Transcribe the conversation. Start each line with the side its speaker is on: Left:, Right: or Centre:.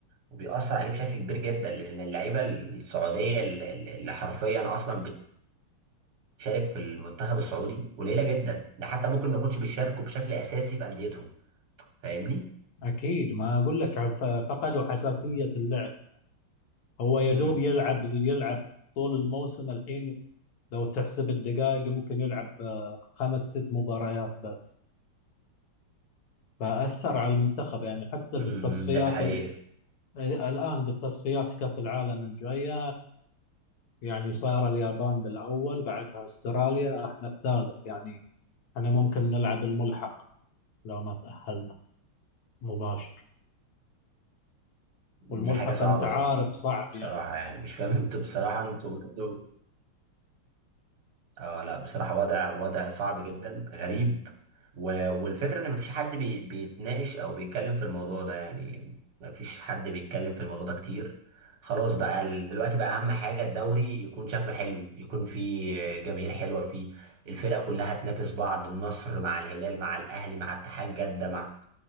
Right: وبيأثر عليه بشكل كبير جدا لان اللعيبه السعوديه اللي اللي حرفيا اصلا بتشارك في المنتخب السعودي قليله جدا ده حتى ممكن ما يكونش بيشاركوا بشكل اساسي في انديتهم فاهمني
Left: أكيد ما أقول لك عن- ف- فقدوا حساسية اللعب هو يا
Right: امم
Left: دوب يلعب يلعب طول الموسم الحين لو تحسب الدقائق ممكن يلعب آه، خمس ست مباريات بس فأثر على المنتخب يعني حتى
Right: امم
Left: بالتصفيات
Right: ده حقيقي
Left: ال- الآن بالتصفيات كأس العالم الجاية يعني صار اليابان بالأول بعدها استراليا احنا الثالث يعني احنا ممكن نلعب الملحق لو ما تأهلنا مباشر
Right: دي
Left: والملحق
Right: حاجة صعبة
Left: انت عارف
Right: جدا
Left: صعب
Right: بصراحة
Left: يعني يكون
Right: يعني مش فاهم انتوا بصراحة انتوا برضو اه لا بصراحة وضع وضع صعب جدا غريب و... والفكرة ان مفيش حد بي... بيتناقش او بيتكلم في الموضوع ده يعني مفيش حد بيتكلم في الموضوع ده كتير خلاص بقى ال- دلوقتي بقى اهم حاجة الدوري يكون شكله حلو يكون فيه جماهير حلوة فيه الفرق كلها تنافس بعض النصر مع الهلال مع الاهلي مع اتحاد جدة مع